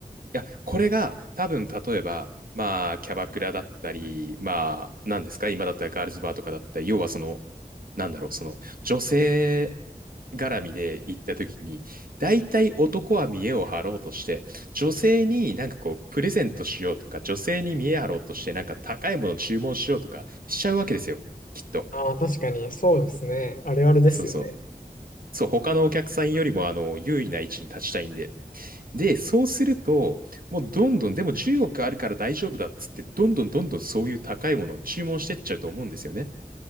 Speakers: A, on the right; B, on the left.
A: や、これが多分、例えば、まあ、キャバクラだったり、まあ、何ですか、今だったらガールズバーとかだったり、要はその、なんだろう、その、女性絡みで行った時に、大体男は見栄を張ろうとして、女性になんかこう、プレゼントしようとか、女性に見栄張ろうとして、なんか高いもの注文しようとかしちゃうわけですよ。きっと。
B: ああ、確かに、そうですね、あれあれですよね。
A: そうそう。そう、他のお客さんよりも、あの、優位な位置に立ちたいんで。で、そうすると、もうどんどん、でも10億あるから大丈夫だっつって、どんどんどんどんそういう高いものを注文してっちゃうと思うんですよね。